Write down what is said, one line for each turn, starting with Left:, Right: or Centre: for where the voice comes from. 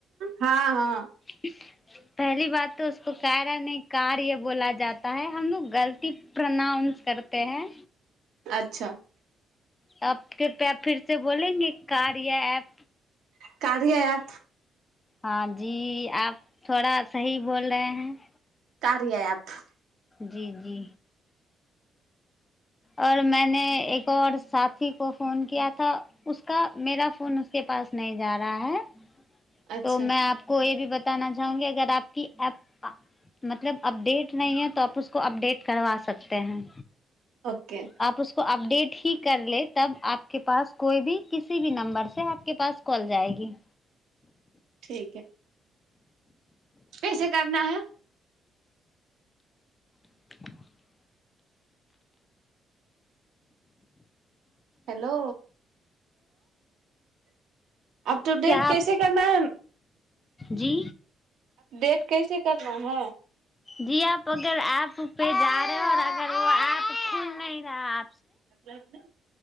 Right: हँ हँ
Left: पहली बात तऽ उसको क रहा नहि कार्य बोला जाता है हमलोग गलत प्रनाउंस करते हैं
Right: अच्छा
Left: पकेृ पे फर से बोलेंगे कार या प
Right: कादिय आप
Left: हँ जी आप थोड़ा सही बोल रहे हैं
Right: कर रहििय आप
Left: जी जी और मैने एक आऔर साथी को फोन कियाथा उसका मेरा फोन उसके पास नहि जा रहा है
Right: अच्छा
Left: त मैं आपको य भी बता बताना चाहूगी अगर प मतलब अपडेट नहि है त उसको अपडेट करवा सकते हैं
Right: ओके
Left: आप उसको अपडेट ही कर ले तब आपके पास कोइ भी किी भी नं्बर से आपके पास कॉल जाएगी
Right: ठीकीक है कैसे करना है
Left: ह
Right: हेलो अपटू
Left: क्या
Right: डेट कैसे
Left: आप
Right: करना है
Left: जी
Right: ेट कैसे करना है
Left: जी आप अगर प पे जा रहे और अगर व ऐप खलही रहा
Right: अ ने